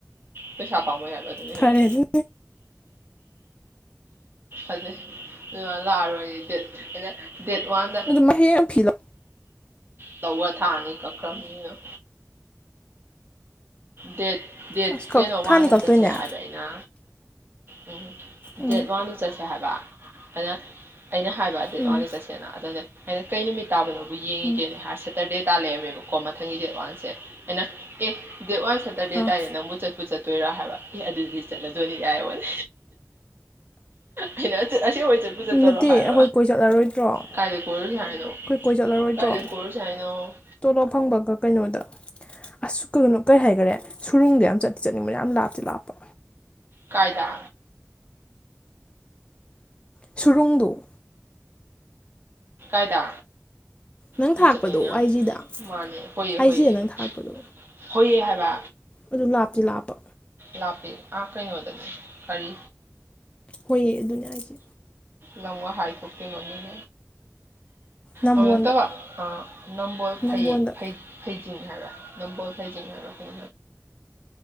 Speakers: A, on the right (about 45°); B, on the left (about 20°).
A: ꯄꯩꯁꯥ ꯄꯥꯝꯃꯨꯏ ꯍꯥꯏ ꯕ ꯑꯗꯨꯅ
B: ꯐꯔꯦ
A: ꯍꯦꯟꯅ
B: ꯑꯗꯨ
A: ꯑꯗꯩ ꯑꯗꯨ ꯃꯥ ꯂꯥꯛꯑꯔꯣꯏ ꯗꯦꯠ ꯑꯩꯅ ꯗꯦꯠ ꯋꯥꯟꯗ
B: ꯑꯗꯨ ꯃꯥ ꯍꯌꯦꯡ ꯐꯤ ꯂꯧ
A: ꯇꯧꯕ ꯊꯥ ꯑꯅꯤ ꯀꯛꯈ꯭ꯔꯝꯅꯤꯅ꯫ ꯗꯦꯠ꯫ ꯗꯦꯠ
B: ꯑꯁ ꯀꯛ
A: ꯀꯩꯅꯣ
B: ꯊꯥꯅꯤ
A: ꯋꯥꯟꯗ
B: ꯀꯛꯇꯣꯏꯅꯦ
A: ꯆꯠꯁꯦ ꯍꯥꯏꯕ ꯑꯩꯅ ꯎꯝ꯫
B: ꯎꯝ
A: ꯗꯦꯠ ꯋꯥꯟꯗ ꯆꯠꯁꯦ ꯍꯥꯏꯕ ꯑꯩꯅ ꯑꯩꯅ ꯍꯥꯏꯕ ꯗꯦꯠ
B: ꯎꯝ
A: ꯋꯥꯟꯗ ꯆꯠꯁꯦꯅ ꯑꯗꯨꯅꯦ ꯑꯩꯅ ꯀꯩ ꯅꯨꯃꯤꯠ ꯇꯥꯕꯅꯣꯕꯨ ꯌꯦꯡꯉꯤꯒꯦꯅꯦ
B: ꯎꯝ
A: ꯍꯥꯏꯔ ꯁꯦꯇꯔꯗꯦ ꯇꯥ ꯂꯩꯔꯝꯃꯦꯕꯀꯣ ꯃꯊꯪꯒꯤ ꯗꯦꯠ ꯋꯥꯟꯁꯦ ꯑꯩꯅ ꯑꯦ꯫ ꯗꯦꯠ ꯋꯥꯟ ꯁꯦꯇꯔꯗꯦ
B: ꯑꯥ
A: ꯇꯥꯏꯅꯦ ꯅꯪꯕꯨ ꯆꯠꯄꯨ ꯆꯠꯇꯣꯏꯔꯥ ꯍꯥꯏꯕ ꯑꯦ ꯑꯗꯨꯗꯤ ꯆꯠꯂꯗꯣꯏꯅꯤ ꯀꯥꯏꯕꯣꯟꯅꯦ꯫ ꯑꯩꯅ ꯑꯁꯦꯡꯕ ꯆꯠꯄꯨ ꯆꯠꯇꯧꯔꯣ
B: ꯅꯠꯇꯦ
A: ꯍꯥꯏꯕ
B: ꯑꯩꯈꯣꯏ ꯀꯣꯏ ꯆꯠꯂꯔꯣꯏꯗ꯭ꯔꯣ ꯑꯩꯈꯣꯏ
A: ꯀꯥꯏꯗ꯫ ꯀꯔꯁ ꯍꯥꯏꯅꯣ
B: ꯀꯣꯏ ꯆꯠꯂꯔꯣꯏꯗ꯭ꯔꯣ
A: ꯀꯥꯏꯗ ꯀꯔꯁ ꯍꯥꯏꯅꯣ
B: ꯇꯣꯂꯣꯞ ꯐꯪꯕꯒ ꯀꯩꯅꯣꯗ ꯑꯁꯨꯛ ꯀꯩꯅꯣ ꯀꯔꯤ ꯍꯥꯏꯈꯔꯦ ꯁꯨꯔꯨꯡꯗ ꯌꯥꯝ ꯆꯠ꯫ ꯆꯠꯅꯤꯡꯕꯅꯦ ꯌꯥꯝ ꯂꯥꯞꯇꯤ ꯂꯥꯞꯄ꯫
A: ꯀꯥꯏꯗ꯫
B: ꯁꯨꯔꯨꯡꯗꯨ
A: ꯀꯥꯏꯗꯥ꯫
B: ꯅꯪ
A: ꯑꯗꯨ
B: ꯊꯥꯔꯛꯄꯗꯣ
A: ꯆꯠꯅꯤꯡꯅ ꯌꯥꯝ
B: ꯑꯥꯏꯖꯤꯗ
A: ꯃꯥꯅꯩ ꯑꯩꯈꯣꯏꯌꯦ ꯑꯩꯈꯣꯏꯒꯤ
B: ꯑꯥꯏꯖꯤꯗ ꯅꯪ ꯊꯥꯔꯛꯄꯗꯣ
A: ꯍꯣꯏꯌꯦ ꯍꯥꯏꯕ
B: ꯑꯗꯨ ꯂꯥꯞꯇꯤ ꯂꯥꯞꯄ꯫
A: ꯂꯥꯞꯄꯤ ꯑꯥ ꯀꯩꯅꯣꯗꯅꯤ ꯀꯔꯤ꯫
B: ꯍꯣꯏꯑ ꯑꯗꯨꯅꯦ ꯍꯥꯏꯁꯦ
A: ꯂꯝꯒ ꯍꯥꯏ ꯊꯣꯛꯣꯛꯇꯦ ꯃꯃꯤꯡ
B: ꯅꯝꯕꯣꯟꯗ
A: ꯑꯗꯨ ꯅꯠꯇꯕ ꯑ꯫ ꯅꯝꯕꯣꯜ ꯐꯡ
B: ꯅꯝꯕꯣꯟꯗ
A: ꯐꯩꯖꯤꯡ ꯍꯥꯏꯔꯣ ꯅꯝꯕꯣꯜ ꯐꯩꯖꯤꯡ ꯍꯥꯏꯔꯣ ꯐꯩ